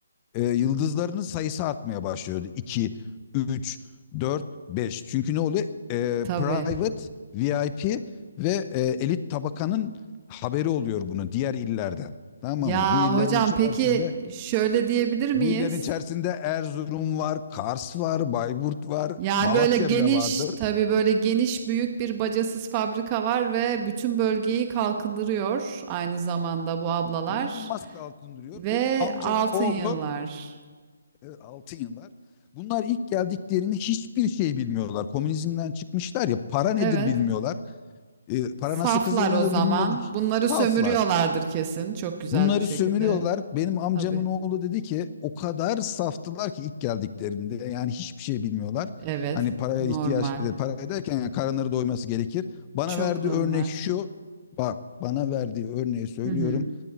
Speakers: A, on the left; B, on the right.
A: e, yıldızlarının sayısı artmaya başlıyor. 2, 3, 4, 5. Çünkü ne oluyor? E,
B: Tabii.
A: private, VIP ve e, elit tabakanın haberi oluyor bunu. diğer illerden. Tamam
B: Ya
A: mı? Bu illerin
B: hocam
A: içerisinde
B: peki şöyle diyebilir miyiz?
A: bu illerin içerisinde Erzurum var, Kars var, Bayburt var,
B: Yani
A: Malatya
B: böyle geniş,
A: bile vardır.
B: tabii böyle geniş büyük bir bacasız fabrika var ve bütün bölgeyi kalkındırıyor aynı zamanda bu ablalar
A: İnanılmaz altın duruyor.
B: ve
A: Benim amcamın
B: altın
A: oğlu
B: yıllar.
A: e, altın yıllar. Bunlar ilk geldiklerini hiçbir şey bilmiyorlar. Komünizmden çıkmışlar ya para nedir
B: Evet.
A: bilmiyorlar. E, para
B: Saflar
A: nasıl kazanılır
B: o zaman.
A: bilmiyorlar.
B: Bunları sömürüyorlardır
A: Saflar.
B: kesin çok güzel
A: Bunları
B: bir şekilde.
A: sömürüyorlar. Benim amcamın
B: Tabii.
A: oğlu dedi ki o kadar saftılar ki ilk geldiklerinde yani hiçbir şey bilmiyorlar.
B: Evet.
A: Hani paraya
B: Normal.
A: ihtiyaç e, para derken yani karınları doyması gerekir. Bana
B: Çok
A: verdiği
B: normal.
A: örnek şu. Bak bana verdiği örneği söylüyorum
B: Hı hı.